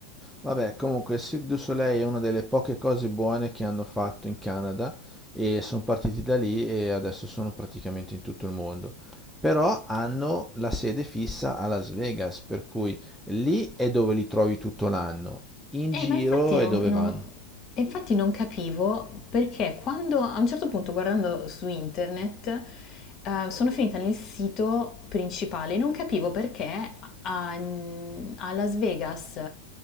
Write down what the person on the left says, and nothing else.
Eh,
ma infatti non,
non-
e infatti non capivo perché quando a un certo punto guardando su internet eh, sono finita nel sito principale e non capivo perché a, a Las Vegas